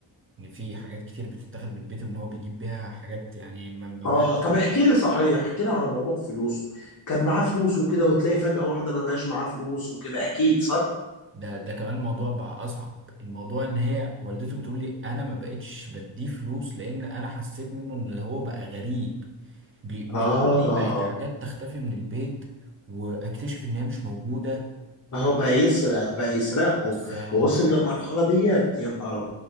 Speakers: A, on the right; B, on the left.
A: ان في حاجات كتير بتتاخد من البيت وان هو بيجيب بيها حاجات يعني ممنوعه
B: اه طب احكي لي صحيح احكي لي على موضوع فلوسه كان معاه فلوس وكده وتلاقي فجأة واحدة ما بقاش معاه فلوس وكده اكيد صح
A: ده ده كمان الموضوع بقى اصعب الموضوع ان هي والدته بتقول لي انا ما بقتش بديه فلوس لان انا حسيت منه ان هو بقى غريب بي- بتقول
B: اه
A: لي بقت حاجات تختفي من البيت واكتشف ان هي مش موجوده
B: اه بقى يسرق بقى يسرقهم
A: وبالظبط
B: ووصل للمرحلة ديت يا نهار